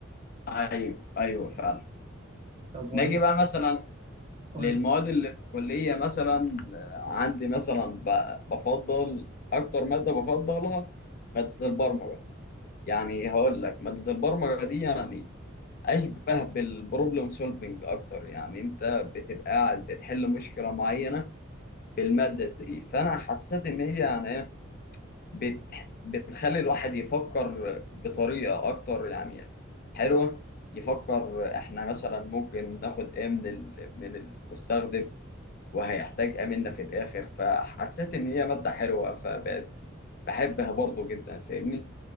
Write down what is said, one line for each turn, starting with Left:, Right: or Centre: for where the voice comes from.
Left: أيوه أيوه فعلا
Right: طب وانت
Left: نجي بقى مثلا
Right: قول
Left: للمواد
Right: لي.
Left: اللي في الكلية مثلا آه، عندي مثلا ب- بفضل أكتر مادة بفضلها مادة البرمجة يعني هقول لك مادة البرمجة دي يعني اشبه بالبروبلم سولفنج اكتر يعني انت بتبقى قاعد بتحل مشكله معينه في الماده دي فانا حسيت ان هي يعني إيه، بت بتخلي الواحد يفكر بطريقه اكتر يعني حلوه يفكر احنا مثلا ممكن ناخد ايه من ال- من المستخدم وهيحتاج ايه منا في الاخر فحسيت ان هي ماده حلوه فبقت بحبها برضو جدا فاهمني